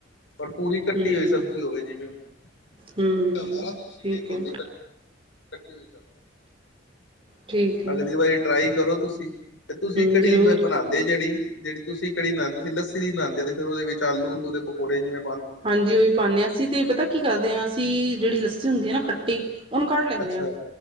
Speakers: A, on the left (about 70°); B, on the right (about 30°).
A: ਪਰ ਪੂਰੀ ਕੱਟੀ
B: ਹਮ
A: ਹੋਈ ਸਬਜ਼ੀ ਹੋਵੇ ਜਿਵੇਂ <unintelligible>
B: ਹਮ ਠੀਕ ਹੈ
A: ਕੱਟੀ ਹੋਈ,
B: ਠੀਕ ਹੈ
A: ਅਗਲੀ ਵਾਰੀ ਟਰਾਈ ਕਰੋ ਤੁਸੀਂ, ਤੇ ਤੁਸੀਂ
B: ਹਮ
A: ਕੜੀ
B: ਜ਼ਰੂਰ
A: ਮੈਂ ਬਣਾ ਤੇ ਜਿਹੜੀ, ਜਿਹੜੀ ਤੁਸੀਂ ਕੜੀ ਨਾਲ ਤੁਸੀਂ ਲੱਸੀ ਦੀ ਬਣੌਦੇ ਓ, ਤੇ ਫੇਰ ਉਹਦੇ ਵਿੱਚ ਆਲੂ ਉਲੂ ਦੇ ਪਕੌੜੇ ਜਿਵੇ
B: ਹਾਂਜੀ ਉਹ ਵੀ ਪਾਨੇ ਆਂ, ਅਸੀਂ ਤੇ ਪਤਾ ਕੀ ਕਰਦੇ ਆਂ ਅਸੀਂ ਜਿਹੜੀ ਲੱਸੀ ਹੁੰਦੀ ਹੈ ਨਾ ਖੱਟੀ ਉਹਨੂੰ ਕੜ ਲੈਂਨੇਆਾਂ
A: ਅੱਛਾ